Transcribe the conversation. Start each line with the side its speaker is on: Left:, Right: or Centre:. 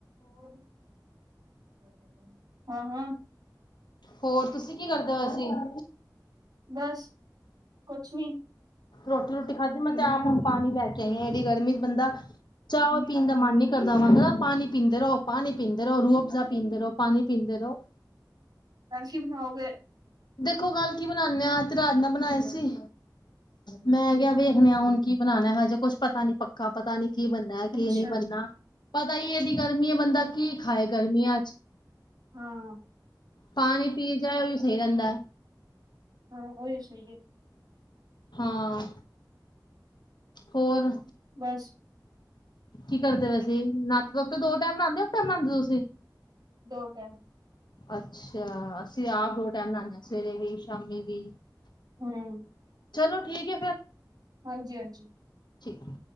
Right: ਓਹੀ <unintelligible> ਹਾਂ-ਹਾਂ।
Left: ਹੋਰ ਤੁਸੀਂ ਕੀ ਕਰਦੇ ਪਏ ਸੀ
Right: ਬਸ, ਕੁਛ ਨੀ।
Left: ਰੋਟੀ-ਰੁਟੀ ਖਾਧੀ ਮੈਂ ਤੇ ਆਪ ਹੁਨ ਪਾਨੀ ਲੈ। ਕੈ ਰੇਐ ਏਡੀ ਗਰਮੀ'ਚ ਬੰਦਾ, ਚਾਓ ਪੀਨ ਦਾ ਮਨ ਨੀ ਕਰਦਾ, ਮਤਲਬ ਪਾਨੀ। ਪੀਂਦੇ ਰੋ ਪਾਨੀ, ਪੀਂਦੇ ਰੋ ਰੂਅਫ਼ਜ਼ਾ, ਪੀਂਦੇ ਰੋ ਪਾਨੀ, ਪੀਂਦੇ ਰੋ।
Right: ਅਜ ਕੀ ਬਨਾਓਗੇ?
Left: ਦੇਖੋ ਕੱਲ ਕੀ ਬਨਾਨੇ ਆ, ਅੱਜ 'ਤੇ ਰਾਜਮਾ ਬਨਾਏ ਸੀ। ''ਮੈਂ ਕਿਆ ਵੇਖਨੇ ਆ, ਹੁਨ ਕੀ ਬਨਾਨੈ? ਹਜੇ, ਕੁੱਛ ਪਤਾ ਨੀ ਪੱਕਾ ਪਤਾ ਨੀ ਕੀ ਬ ਦਾਲ-ਘੀਆ
Right: ਅੱਛਾ।
Left: ਨੀ ਬਨਨਾ, ਪਤਾ ਈ ਏ, ਏਡੀ ਗਰਮੀ ਏ, ਬੰਦਾ ਕੀ ਖਾਏ ਗਰਮੀਆਂ 'ਚ?
Right: ਹਾਂ,
Left: ਪਾਣੀ
Right: ਸਾਗ ਵਿਚ
Left: ਪੀ ਜਾਏ
Right: ਪਤਾ ਕੀ
Left: ਉਹੀ ਸਹੀ
Right: ਪੈਂਦਾ?
Left: ਰਹਿੰਦਾ
Right: ਹਾਂ, ਔਈਓ ਸਹੀ ਜੇ।
Left: ਹਾਂ, ਹੋਰ?
Right: ਬਸ।
Left: ਕੀ ਕਰਦੇ ਪਏ ਸੀੇ, ਨ੍ਹਾਤੇ- ਧੋਤੇ ਦੋ ਟੈਮ ਨ੍ਹਾਦੇ ਓ, ਇਕ ਵਾਰ ਨ੍ਹਾਦੇ ਓ ਤੁਸੀ?
Right: ਦੋ ਟੈਮ।
Left: ਅੱਛਾ, ਅਸੀਂ ਆਪ ਦੋ ਟੈਮ ਨ੍ਹਾਨੇ ਆ, ਸਵੇਰੇ ਵੀ, ਸ਼ਾਮੀ ਵੀ।
Right: ਹੂੰ
Left: ਚਲੋ ਠੀਕ ਐ ਫਿਰ,
Right: ਹਾਂਜੀ-ਹਾਂਜੀ।
Left: ਠੀਕ ਏ।